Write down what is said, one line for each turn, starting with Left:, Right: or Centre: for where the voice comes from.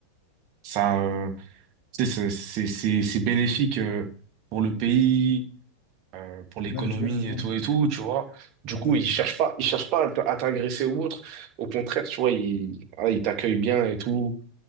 Right: ça, euh, tu sais, c'est, c'est, c'est c'est bénéfique euh, pour le pays, euh, pour l'économie
Left: Ouais, je vois, je vois.
Right: et tout et tout, tu vois. Du coup,
Left: Ouais.
Right: ils cherchent pas, ils cherchent pas à t- à t'agresser ou autre. Au contraire, tu vois, ils, voilà, ils t'accueillent bien et tout.